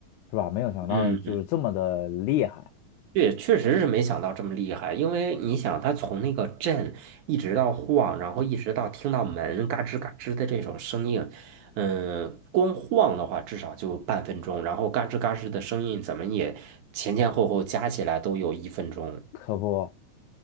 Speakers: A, on the left; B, on the right.
A: 是吧？没有想到就是这么的厉害。
B: 嗯。对，确实是没想到这么厉害，因为你想，他从那个震一直到晃，然后一直到听到门嘎吱嘎吱的这种声音，嗯，光晃的话至少就半分钟，然后嘎吱嘎吱的声音怎么也前前后后加起来都有一分钟。
A: 可不，